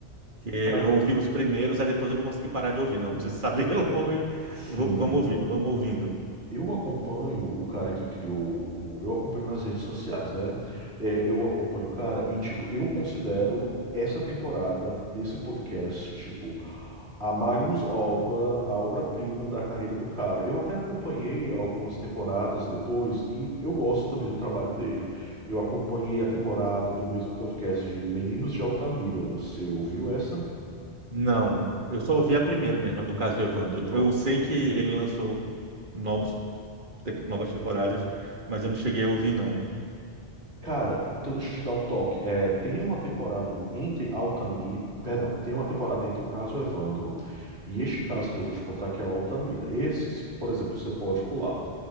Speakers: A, on the right; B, on the right.
A: Porque eu
B: Cara,
A: ouvi os primeiros, aí depois eu não consegui parar de ouvir. Não, eu preciso saber <laughs> logo. e v-
B: sim.
A: Vamos ouvindo, vamos ouvindo.
B: Eu acompanho o cara que criou o. Eu acompanho nas redes sociais, né? É, eu acompanho o cara e, tipo, eu considero essa temporada desse podcast, tipo, a Magnus obra, a obra-prima da carreira do cara. Eu até acompanhei algumas temporadas depois e eu gosto também do trabalho dele. Eu acompanhei a temporada do mesmo podcast de Meninos de Altamira. Você ouviu essa?
A: Não, eu só ouvi a primeira mesmo, a do caso Evandro.
B: Pronto.
A: Eu, eu sei que ele lançou novos, tempo- novas temporadas, mas eu não cheguei a ouvir, não.
B: Cara, então deixa eu te dar um toque. É, tem uma temporada no- entre Altamira. Perdão, tem uma temporada entre o caso Evandro e este caso que eu vou te contar, que é o Altamira. Esse, se- por exemplo, você pode pular.